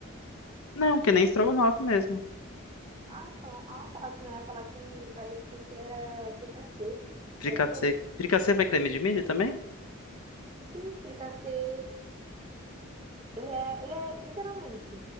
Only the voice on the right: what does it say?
Ah, então. Ah, tá. Senão eu ia falar que parecia que era fricassê.
Você já comeu?
Sim, fricassê. Ele é, ele é literalmente,